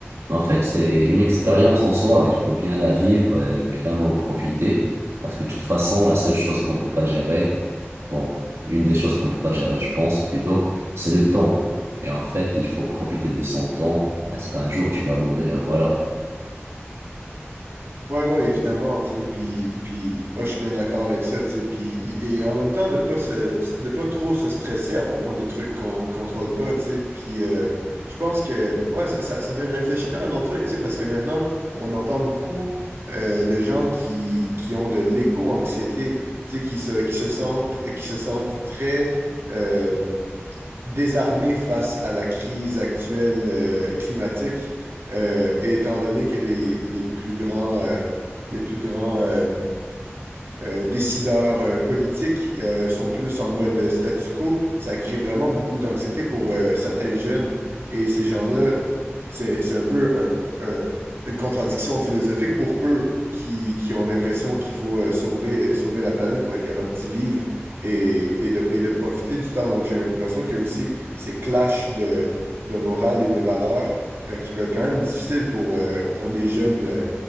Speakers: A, on the right; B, on the right.
A: mais en fait, c'est une expérience en soi. Il faut bien la vivre, et bien en profiter. Parce que de toute façon, la seule chose qu'on peut pas gérer, bon, une des choses qu'on peut pas gérer, je pense plutôt, c'est le temps. Et en fait, il faut profiter de son temps parce qu'un jour, tu vas mourir et voilà.
B: Ouais, non, évidemment, tu sais, puis, puis ah, je suis bien d'accord avec ça, tu sais, puis, et et en même temps, de pas se, de pas trop se stresser à propos des trucs qu'on ne contrôle pas, tu sais, puis euh, je pense que, ouais, ça, ça, ça fait réfléchir à un autre truc, tu sais, parce que maintenant, on entend beaucoup euh, de gens qui, qui ont de l'éco-anxiété, tu sais, qui se, qui se sentent, qui se sentent très euh, désarmé face à la crise actuelle euh, climatique, euh, et étant donné que les, les plus grands, euh, les plus grands euh, euh, décideurs euh, politiques euh, sont plus en mode statu quo. Ça crée vraiment beaucoup d'anxiété pour euh, certains jeunes. Et ces gens-là, c'est, c'est un peu un- un- une contradiction philosophique pour eux qui, qui ont l'impression qu'il faut euh, sauver, sauver la planète pour être capable d'y vivre et, et de, et de profiter du temps. Donc j'ai l'impression qu'il y a aussi ces clashs de, de morale et de valeurs euh, qui peut être quand même difficile pour, euh, pour des jeunes. euh,